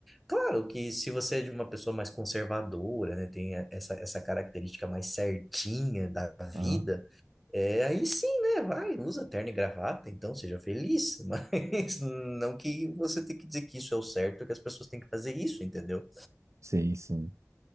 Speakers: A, in the centre; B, on the right.
A: Claro que se você é de uma pessoa mais conservadora, né, tem essa, essa característica mais certinha da vida.
B: Ah,
A: É, aí sim, né? Vai, usa terno e gravata, então seja feliz, <laughs> mas não que você tenha que dizer que isso é o certo, que as pessoas têm que fazer isso, entendeu?
B: sim, sim.